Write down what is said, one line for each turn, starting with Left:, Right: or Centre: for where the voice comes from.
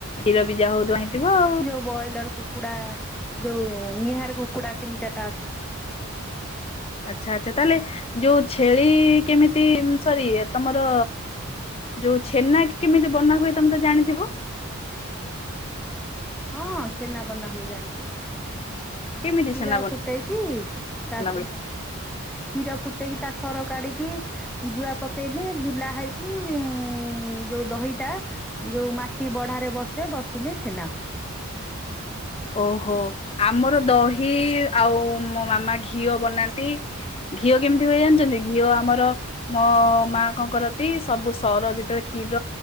Left: ଖିର ବିଜା ହଉ ଥିବ ହେଇଥିବ ଆଉ।
Centre: ବଏଲର କୁକୁଡା ଯୋଉ ନିହାର କୁକୁଡା ତିନି ଚାରିଟା ଅ
Left: ଆଚ୍ଛା ଆଛା ତାହେଲେ ଯୋଉ ଛେଳି କେମିତି ସରି ତମର ଯୋଉ ଛେନା କେମିତି ବନା ହୁଏ ତୋମେ ତ ଜାଣିଥିବ?
Centre: ହଁ ଛେନା ବନା ହୁଏ ଜାଣିଛି,
Left: କେମିତି
Centre: କ୍ଷୀର
Left: ଛେନା ବନା
Centre: ଫୁ ଟେଇକି,
Left: ହୁଏ?
Centre: ତା ସର କ୍ଷୀର ଫୁଟେଇକି ତା ସର କାଢିକି ଜୁଆ ପକେଇଲେ ବୁଲା ହେଇକି ଉ, ଯୋଉ ଦହି ଟା ଯୋଉ ମାଟି ବଢାରେ ବସେ ବସିଲେ ଛେନା ହୁ ହୁଁ
Left: ଓହୋ! ଆମର ଦହି ଆଉ ମୋ ମାମା ଘିଅ ବନାନ୍ତି। ଘିଅ କେମିତି ହୁଏ ଜାଣିଚନ୍ତି? ଘିଅ ଆମର ମୋ ମା କଣ କରତି ସବୁ ସର ଯେତେବେଳେ କ୍ଷୀର